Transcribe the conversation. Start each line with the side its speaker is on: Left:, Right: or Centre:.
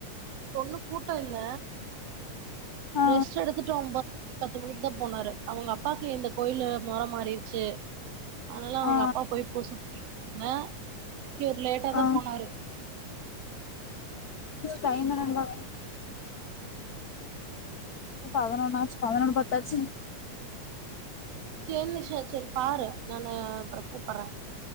Right: ஒண்ணு கூட்ட இல்ல
Left: ஆ
Right: ட்ரெஸ் எடுத்துட்டு அவுங்க ப பத்து மணிக்கு தா போனாரு அவங்க அப்பாக்கு இந்த கோயில்ல மொர மாறிச்சு அதனால அவங்க
Left: ஆ
Right: அப்பா போய் பூச னா இவரு லேட்டாதா
Left: ஆ
Right: போனாரு
Left: டைம்மு நல்லா இப்ப பதினொன்னாச்சு பதினொன் பத் தாச்சி
Right: சேரி நிஷா சேரி பாரு நானு அப்பற கூப்பட்றே